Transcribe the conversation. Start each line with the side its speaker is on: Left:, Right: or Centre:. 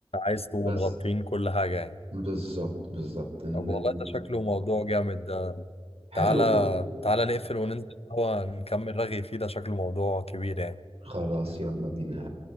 Left: عايز تبقوا
Right: بس
Left: مغطين كل حاجة يعني
Right: بالظبط بالظبط إن-
Left: طب والله ده شكله موضوع جامد ده
Right: حلو
Left: تعالى تعالى نقفل وننزل هو نكمل رغي فيه ده شكله موضوع كبير يعني
Right: خلاص يلا بينا